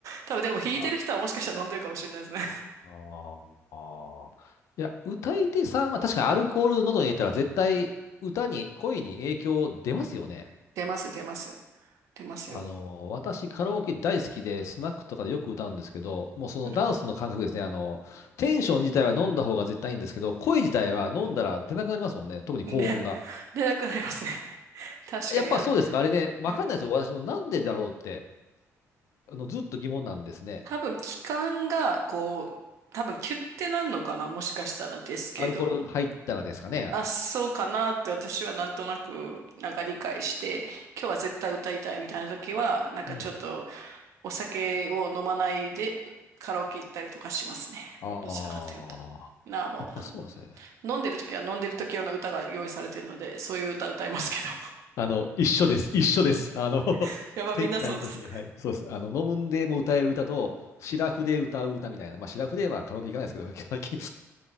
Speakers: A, on the right (about 65°); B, on the left (about 65°).
A: 多分でも弾いてる人はもしかしたら飲んでるかもしれないですね。
B: あ、あー、あーいや、歌い手さんは確かにアルコール喉に入れたら絶対歌に、声に影響出ますよね。
A: <laughs> 出ます、出ます。出ますよ。
B: あの、私カラオケ大好きで、スナックとかでよく歌うんですけど、もうそのダンスの感覚ですね。
A: うん。
B: あの、テンション自体は飲んだ方が絶対いいんですけど、声自体は飲んだら出なくなりますもんね。特に高音が。
A: で、出なくなりますね。確かに、
B: やっぱそうですか、
A: あ、
B: あれね、わかんないですよ、
A: うん
B: 私もなんでだろうって、あのずっと疑問なんですね。
A: 多分気管が、こう、多分キュッてなんのかな、もしかしたらですけど、
B: アルコール入ったらですかね。
A: あ、そうかなって私はなんとなく、なんか理解して、今日は絶対歌いたいみたいな時は、なんかちょっと
B: うん。
A: お酒を飲まないでカラオケ行ったりとかしますね。
B: ああ、
A: どちらかというと。なあ、も
B: やっぱそうなんですね。
A: う、飲んでる時は飲んでる時用の歌が用意されてるので、そういう歌歌いますけど。
B: あの、一緒です。一緒です。あの、<laughs>
A: <laughs> やば、
B: 接待の時に、
A: みんなそうです。
B: はい、そうです。あの、飲むんでも歌える歌と、シラフで歌う歌みたいな、まあ、シラフではカラオケ行かないですけど、<laughs> 最近